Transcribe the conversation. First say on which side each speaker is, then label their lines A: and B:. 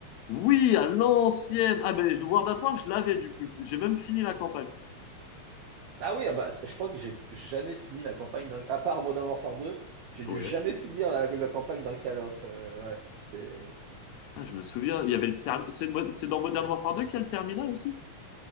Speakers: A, on the left (about 80°); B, on the right (about 75°).
A: Oui, à l'ancienne. Ah ben, je- World at War, je l'avais du coup. J'ai même fini la campagne.
B: Ah oui, ah bah, je crois que j'ai jamais fini la campagne d'un, à part Modern Warfare 2, j'ai
A: Ouais.
B: dû jamais finir la, la campagne d'un Call of. Euh, ouais. C'est,
A: Ah, je me souviens, il y avait le terme. C'est mo- c'est dans Modern Warfare 2 qu'il y a le terminal aussi?